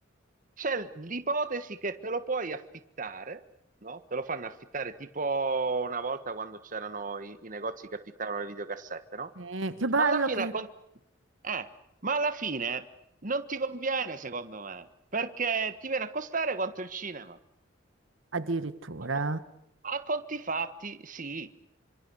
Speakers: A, on the right (about 40°); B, on the right (about 80°).
A: c'è l'ipotesi che te lo puoi affittare, no? Te lo fanno affittare tipo una volta quando c'erano i, i negozi che affittavano le videocassette, no?
B: eh, che bello
A: Ma alla fine,
B: che...
A: con- eh, ma alla fine non ti conviene, secondo me, perché ti viene a costare quanto il cinema.
B: Addirittura.
A: A, co- a conti fatti, sì.